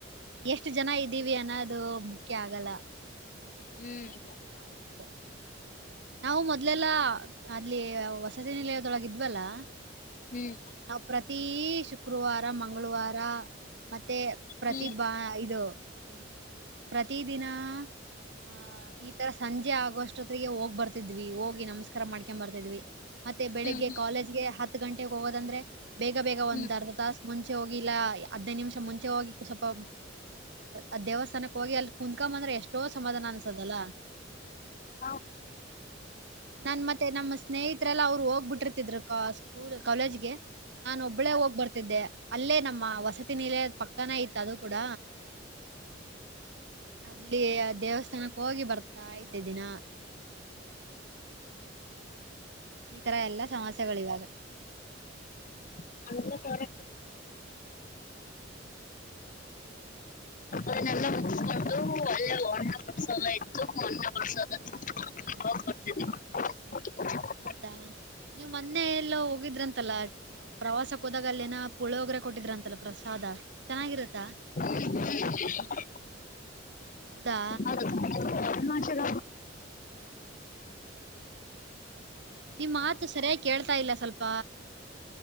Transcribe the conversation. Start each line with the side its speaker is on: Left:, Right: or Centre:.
Right: ಎಷ್ಟು ಜನ ಇದ್ದೀವಿ ಅನ್ನೋದು ಮುಖ್ಯ ಆಗಲ್ಲ ಗು
Left: ಹ್ಮ್
Right: ಬಂದ್ರನೆ ಸಮಮಾಧಾನ ಅದೆ <inaudible> ನಾವು ಮೊದ್ಲೆಲ್ಲಾ ಅಲ್ಲಿ ವಸತಿ ನಿಲಯದೊಳಗೆ ಇದ್ವಲ್ಲಾ
Left: ಹ್ಮ್
Right: ನಾವ್ ಪ್ರತಿ ಶುಕ್ರವಾರ ಮಂಗಳವಾರ ಮತ್ತೆ
Left: ಹ್ಮ್
Right: ಪ್ರತಿ ಬಾ ಇದು ಏನು ಪ್ರತಿ ದಿನ <inaudible> ಆಹ ಈ ತರ ಸಂಜೆ ಆಗುವಷ್ಟತ್ತಿಗೆ ಹೋಗ್ ಬರ್ತಿದ್ವಿ ಹೋಗಿ ನಮಸ್ಕಾರ ಮಾಡ್ಕೊ್ ಬರ್ತಿದ್ವಿ ಮತ್ತೆ ಬೆಳಿಗ್ಗೆ
Left: ಹ್ಮ್
Right: ಕಾಲೇಜ್ಗೆ ಹತ್ತು ಹ ಗಂಟೆಗೆಗ್ ಹೋಗೋದಂದ್ರೆ ಬೇಗ ಬೇಗ
Left: ಹ್ಮ್
Right: ಒಂದ್ ಅರ್ಧ ತಾಸ ಮುಂಚೆ ಹೋಗಿಲ್ಲಾ ಹದಿನೈ ನಿಮಿಷ ಮುಂಚೆ ಹೋಗಿ ಕುಸಪ್ಪ <inaudible> ಅ ದೇವಸ್ಥಾನಕ್ ಹೋಗಿ ಎಲ್ಲಿ ಕುತ್ಕೊಂಬಂದ್ರೆ ಎಷ್ಟೋ ಸಮಾಧಾನ ಅನ್ಸದಲ್ಲಾ
Left: ಹಾ <inaudible>
Right: ನನ್ ಮತ್ತೆ ನಮ್ಮ ಸ್ನೇಹಿತರೆ ಎಲ್ಲಾ ಅವ್ರು ಹೋಗ್ಬಿಟ್ಟಿರ್ತಿದ್ರು ಸ್ಕೂಲ್ ಕಾಲೇಜ್ಗೆ ನಾನು ಒಬ್ಬಳೇ ಹೋಗ್ ಬರ್ತಿದ್ದೆ ಅಲ್ಲೇ ನಮ್ಮ ವಸತಿನಿಲಯ ಪಕ್ಕ ಚನ ಇತ್ತ ಅದು ಕೂಡ ಅಲ್ಲಿ ದೇವಸ್ಥಾನಕ್ಕೆ ಹೋಗಿ ಬರ್ತಾ ಇದ್ದೆ ದಿನ ಈ ತರ ಎಲ್ಲಾ ಸಮಸ್ಯೆಗಳು ಇವಾಗ
Left: <unintelligible>
Right: <inaudible>
Left: ಅವೆಲ್ನ ಮುಗಿಸಿಕೊಂಡು ಅಲ್ಲೆ <unintelligible> ಪ್ರಸಾದ ಇತ್ತು ಮೊನ್ನೆ ಪ್ರಸಾದ ತಿನ್ಕೊಂಡು ಬರ್ತೀದಿವಿ <inaudible>
Right: ಹೌದಾ ನೀವು ಮೊನ್ನೆ ಎಲ್ಲೋ ಹೋಗಿದ್ರಂತಲ್ಲ ಪ್ರವಾಸಕ್ಕೆ ಹೋದಾಗ ಅಲ್ಲೇನ ಪುಳಿಯೋಗ್ರೆ ಕೊಟ್ಟಿದ್ರ ಅಂತಲ್ಲ ಪ್ರಸಾದ ಚೆನ್ನಾಗಿರತ್ತಾ
Left: <inaudible>
Right: ಹೌದಾ
Left: ಅದು ಅರುಣಾಚಲ
Right: ನಿಮ್ಮ್ ಮಾತು ಸರಿಯಾಗಿ ಕೇಳ್ತಾ ಇಲ್ಲ ಸ್ವಲ್ಪ